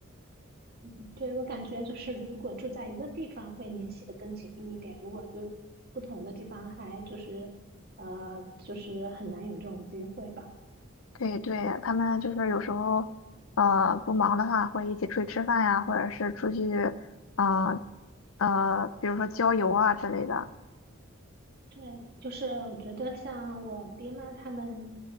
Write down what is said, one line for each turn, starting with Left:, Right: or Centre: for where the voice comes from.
Right: 嗯，对，我感觉就是如果住在一个地方会联系的更紧密一点，如果就是不同的地方还就是呃就是很难有这种机会吧。
Left: 对对，他们就是有时候，呃，不忙的话会一起出去吃饭呀，或者是出去，呃呃，比如说郊游啊之类的。
Right: 对，就是我觉得像我爹妈他们，